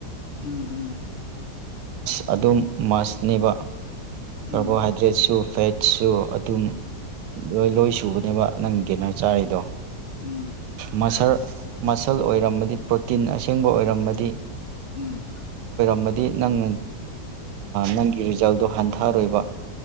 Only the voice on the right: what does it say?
ꯑꯗꯨꯝ ꯃꯁꯅꯦꯕ ꯀꯥꯔꯕꯣꯍꯥꯏꯗ꯭ꯔꯦꯠꯁꯨ
ꯐꯦꯠ ꯁꯨ ꯑꯗꯨꯝ ꯂꯣꯏ ꯂꯣꯏ ꯁꯨꯕꯅꯦꯕ ꯅꯪ ꯒꯦꯅꯔ ꯆꯥꯔꯤꯗꯣ
ꯃꯁꯔ ꯃꯁꯜ ꯑꯣꯏꯔꯝꯃꯗꯤ ꯄ꯭ꯔꯣꯇꯤꯟ ꯑꯁꯦꯡꯕ ꯑꯣꯏꯔꯝꯃꯗꯤ
ꯑꯃꯗꯤ ꯅꯪꯅ ꯅꯪꯒꯤ ꯔꯤꯖꯜꯗꯣ ꯍꯟꯊꯔꯣꯏꯕ